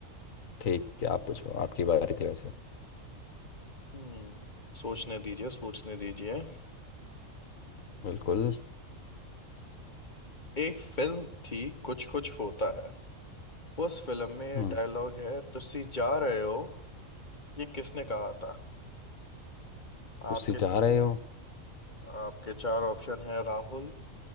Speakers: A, on the left; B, on the left.
A: ठीक है आप पूछो आपकी बारी थी वैसे
B: हम्म सोचने दीजिए सोचने दीजिए
A: बिल्कुल
B: एक फिल्म थी कुछ कुछ होता है उस फिल्म में
A: हम्म
B: डायलॉग है तुसी जा रहे हो ये किसने कहा था
A: तुस्सी
B: आपके
A: चाह रहे हो
B: आपके चार ऑप्शन है राहुल